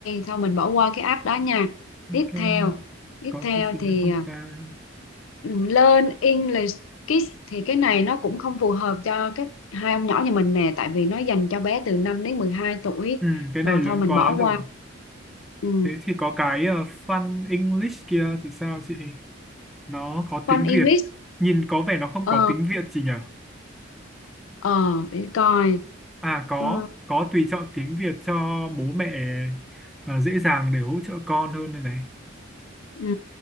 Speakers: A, on the left; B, in the centre.
A: thôi mình bỏ qua cái app đó nha
B: ok
A: tiếp theo tiếp
B: có
A: theo
B: cái gì
A: thì
B: nữa không
A: à,
B: ta
A: learn English Kids thì cái này nó cũng không phù hợp cho các hai ông nhỏ nhà mình nè tại vì nó dành cho bé từ 5 đến mười hai tuổi
B: ừ, cái
A: rồi
B: này lớn
A: thôi mình
B: quá
A: bỏ qua
B: rồi
A: ừ.
B: thế thì có cái uh, fun English kia thì sao chị nó có
A: Fun
B: tiếng
A: English
B: Việt nhìn có vẻ nó không
A: ờ
B: có tiếng Việt gì nhỉ
A: ờ để coi
B: à có
A: ừ.
B: có tùy chọn tiếng Việt cho bố mẹ à, dễ dàng để hỗ trợ con hơn đây này
A: Ừ.